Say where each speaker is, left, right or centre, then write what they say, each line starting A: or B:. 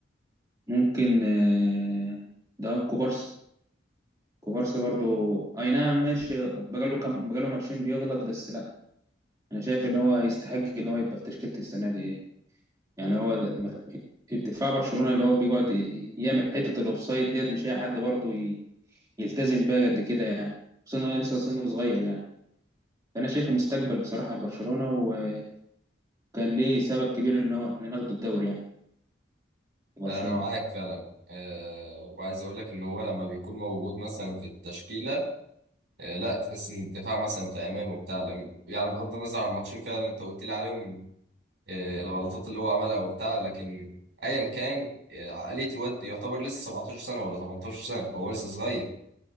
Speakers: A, on the right (about 20°); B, on the right (about 65°).
A: ممكن اه، ده كوبارسي كوبارسي برضو اي نعم ماشي بقاله كام بقاله ماتشين بيغلط بس لا انا شايف ان هو يستحق ان هو يبقى في تشكيله السنه دي يعني هو مث- الدفاع برشلونة اللي هو بيقعد ي- يعمل حتة الاوفسايد ديت مش اي حد برضه ي- يلتزم بيها قد كده يعني خصوصا ان هو لسه سنه صغير يعني فانا شايفه مستقبل بصراحة لبرشلونة وكان ليه سبب كبير ان هو احنا ناخد الدوري يعني برشلونة
B: انا معاك فعلا أه وعايز اقول لك ان هو لما بيكون موجود مثلا في التشكيلة أه لا تحس ان الدفاع مثلا في امان وبتاع لم- يعني بغض النظر عن الماتشين فعلا اللي انت قلت لي عليهم أه الغلطات اللي هو عملها وبتاع لكن ايا كان آه، عقلية الواد يعتبر لسه 17 سنة ولا 18 سنة فهو لسه صغير